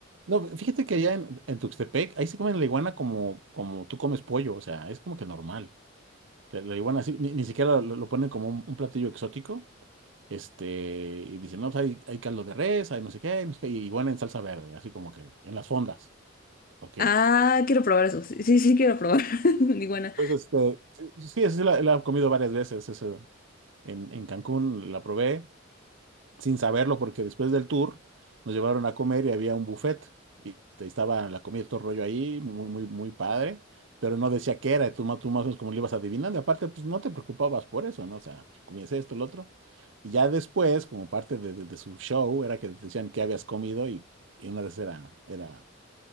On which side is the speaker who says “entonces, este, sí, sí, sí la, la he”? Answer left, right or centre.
Right